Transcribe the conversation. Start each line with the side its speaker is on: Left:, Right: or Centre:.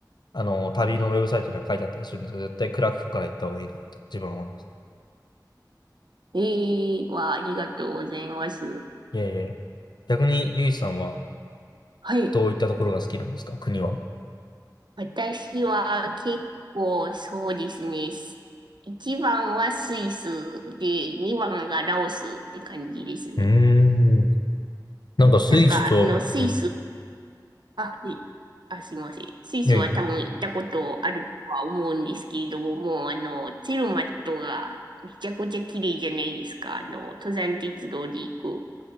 Left: あの、旅のウェブサイトには書いてあったりするんですけど、絶対クラクフから行った方がいいなと自分は思います。
Right: ええわ、ありがとうございます。
Left: いやいやいや逆にゆいさんは
Right: はい。
Left: どういったところが好きなんですか国は。
Right: 私は結構そうですね。1番はスイスで、2番がラオスって感じですね。
Left: うーん。なんかスイスと、
Right: なんか、あの、スイス、
Left: うん。
Right: あ、いあ、すいません。スイスは多分行ったことあるとは思うんですけれども、
Left: いやいや。
Right: もうあの、ツェルマットがめちゃくちゃ綺麗じゃないですか。あの、登山鉄道で行く。